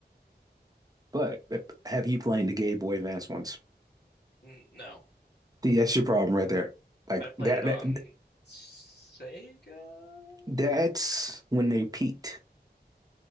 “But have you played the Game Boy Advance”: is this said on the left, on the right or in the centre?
Right